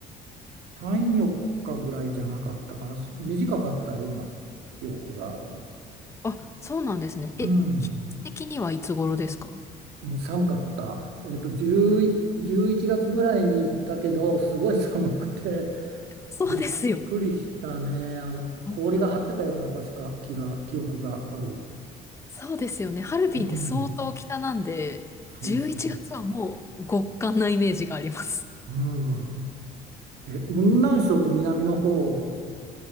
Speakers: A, on the right; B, on the left.
A: さんよっかぐらいじゃなかったかな、そ短かったような記憶がある。
B: あ、そうなんですね。
A: うん、
B: え、季節的にはいつ頃ですか
A: もう寒かった。えっと、10、1月ぐらいに行ったけど、すごい寒くて、
B: そうですよね。
A: びっくりしたね。あの、
B: 本当に
A: 氷が張ってたような、確か気が、記憶がある。
B: そうですよね。ハルビンって相当北なんで、
A: うん、そうそ
B: 11月はもう極寒なイメージがあります。
A: う。うん。え、雲南省って南の方